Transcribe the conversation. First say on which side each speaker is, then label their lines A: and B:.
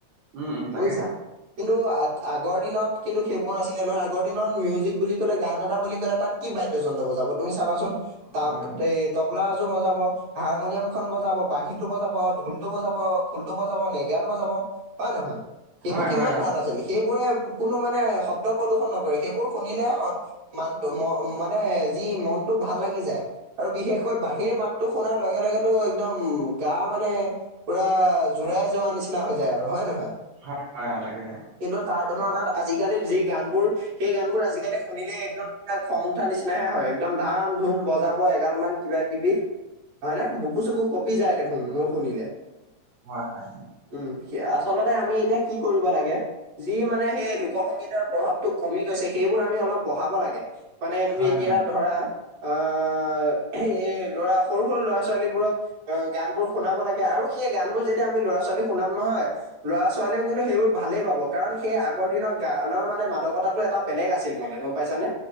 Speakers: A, on the right; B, on the right.
A: উম উম
B: বুজিছা।
A: তাকেহে
B: কিন্তু আগৰ দিনত কিন্তু সেইবোৰ নাছিলে নহয় আগৰ দিনত মিউজিক বুলি ক'লে গান এটা বুলি ক'লে তাত। কি বাদ্যযন্ত্ৰ বজাব তুমি চাবাচোন তাৰ
A: হয় হয়
B: এই, তবলা এযোৰ বজাব হাৰমনিয়াম খন বজাব বাঁহীটো বজাব ঢোলটো বজাব। ঢোলটো বজাব নেগেৰাটো বজাব হয় নহয় সেইবোৰ
A: হয়
B: কিমান
A: হয় অ
B: ভাল আছিল সেইবোৰে। কোনো মানে শব্দ প্ৰদূষন নকৰে সেইবোৰ শুনিলে হয়। মানটো ম মানে যি মনটো ভাল লাগি যায়। আৰু বিশেষকৈ বাঁহীৰ মাতটো শুনাৰ লগে লগেতো একদম গা মানে পুৰা এই যোৱা নিচিনা হৈ যায় আৰু হয় নহয়
A: হয় হয় অ তাকেহে
B: কিন্তু তাৰ তুলনাত আজিকালি যি গানবোৰ সেই গান বোৰ আজিকালি শুনিলেই একদম কিবা খং উঠা নিচিনাহে হয়, একদম ধাম ধুম বজাব এগাল মান। কিবা কিবি হয় নে বুকু চুকু কপি যায় দেখোন মোৰ শুনিলে।
A: হয়, হয়।
B: উম আচলতে আমি এতিয়া কি কৰিব লাগে। যি মানে সেই লোকসংগীতৰ প্ৰভাৱটো কমি গৈছে সেইবোৰ আমি অলপ বঢ়াব লাগে। মানে তুমি
A: হয়
B: এতিয়া
A: হয়
B: ধৰা আহ এই ল'ৰা সৰু সৰু ল'ৰা ছোৱালীবোৰক। অ গান বোৰ শুনাব লাগে আৰু সেই গান বোৰ যেতিয়া আমি ল'ৰা ছোৱালী শুনাম নহয়। ল'ৰা ছোৱালীয়েও কিন্তু সেইবোৰ ভালেই পাব কাৰণ সেই আগৰ দিনৰ গানৰ মানে মাদকতাটো এটা বেলেগ আছিল। মানে গম পাইছানে?